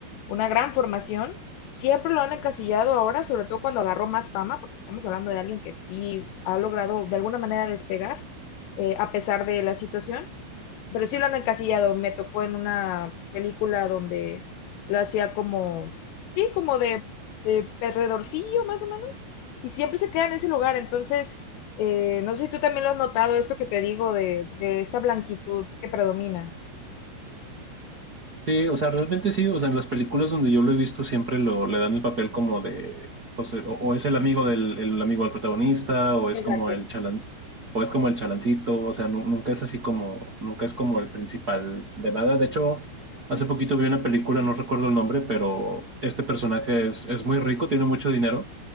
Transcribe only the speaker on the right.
Sí, o sea, realmente sí, o sea, en las películas donde yo lo he visto siempre lo, le dan el papel como de, o sea, o, o es el amigo del el amigo del protagonista, o es
como el chalan, o es como el chalancito, o sea, nu- nunca es así como, nunca es como el principal de nada. De hecho, hace poquito vi una película, no recuerdo el nombre, pero este personaje es, es muy rico, tiene mucho dinero,